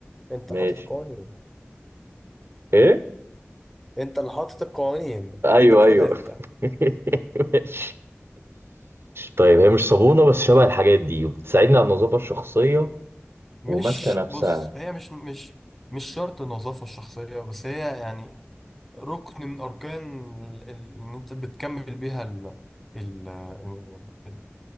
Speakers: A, in the centre; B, on the right (about 60°).
A: انت
B: ماشي
A: حاطط القوانين
B: إيه
A: انت اللي حاطط القوانين
B: أيوه
A: عندك ثلاثة
B: أيوه <laughs> ماشي طيب هي مش صابونة بس شبه الحاجات دي وبتساعدني على النظافة الشخصية
A: مش
B: وماسكة نفسها
A: بص هي مش مش مش شرط النظافة الشخصية بس هي يعني ركن من أركان ال- ال- إن أنت بتكمل بيها ال ال ال-